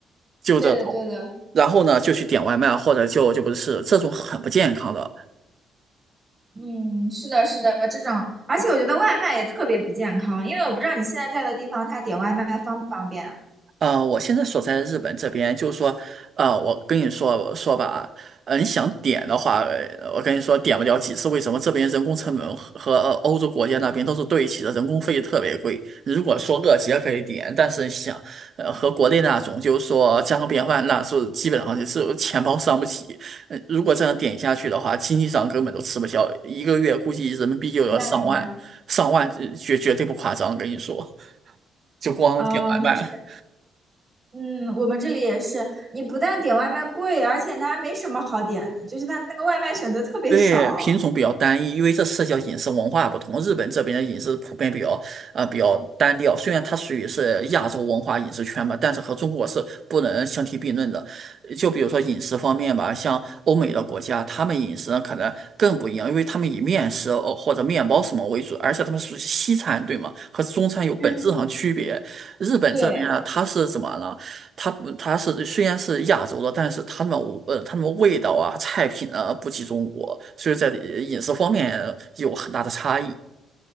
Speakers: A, on the right; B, on the right.
A: 就这种。
B: 对的，对的，
A: 然后呢，就去点外卖，或者就就不是这种很不健康的。
B: 嗯，是的，是的，这种，而且我觉得外卖也特别不健康，因为我不知道你现在在的地方，他点外卖方不方便啊？
A: 呃，我现在所在的日本这边，就是说，呃，我跟你说说吧，呃，你想点的话，呃我跟你说点不了几次。为什么这边人工成本和和欧洲国家那边都是对齐的，人工费特别贵。如果说热结可以点，但是想，呃，和国内那种就是说家常便饭，那是基本上就是钱包伤不起。呃，如果这样点下去的话，经济上根本都吃不消，一个月估计人民币就要上万，
B: 明白，明白。
A: 上万，呃绝绝对不夸张，跟你说，<laughs> 就光点外卖。
B: 哦，那是。嗯，我们这里也是，你不但点外卖贵，而且它还没什么好点的，就是它那个外卖选择特别少。
A: 对，品种比较单一，因为这涉及到饮食文化不同。日本这边的饮食普遍比较呃比较单调，虽然它属于是亚洲文化饮食圈吧，但是和中国是不能相提并论的。呃就比如说饮食方面吧，像欧美的国家，他们饮食呢可能更不一样，因为他们以面食呃或者面包什么为主，而且他们属于西餐，对吗？和中餐有本质上区别。
B: 嗯，
A: 日本这边呢，
B: 对，
A: 它是怎么了？它它是虽然是亚洲的，但是他们呃他们味道啊菜品啊不及中国，所以在呃饮食方面有很大的差异。